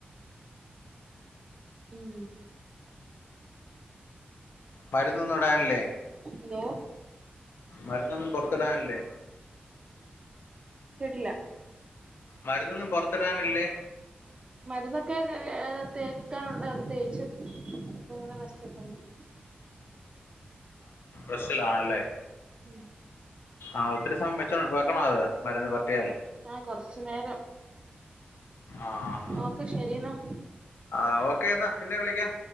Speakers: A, on the right; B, on the left.
A: ഉം
B: മരുന്നൊന്നും ഇടാനില്ലേ?
A: ഹലോ?
B: മരുന്നൊന്നും പൊറത്തിടാനില്ലേ?
A: കേട്ടില്ല?
B: മരുന്നൊന്നും പൊറത്തിടാനില്ലേ?
A: മരുന്നൊക്കെ തേ ഹേ തേക്കാനുണ്ട് അത് തേച്ച് ഇപ്പൊ ഇങ്ങനെ റസ്റ്റ്‌ എടുത്തോണ്ടിരിക്ക.
B: റെസ്റ്റിൽ ആണല്ലേ
A: ഉം
B: ആഹ് ഒത്തിരിമയം വെച്ച വെക്കണൊ അത് മരുന്ന് പെരട്ടിയാല്
A: ആഹ് കൊറച്ചു നേരം
B: ആഹ്
A: ഓക്കെ ശരി എന്നാ
B: ആഹ് ഓക്കെ എന്നാ പിന്നെ വിളിക്കാം